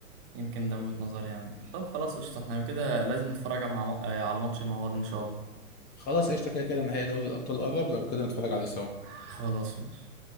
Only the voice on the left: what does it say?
خلاص قشطه كده كده نهائي دوري الابطال قرب لو كده نتفرج عليه سوا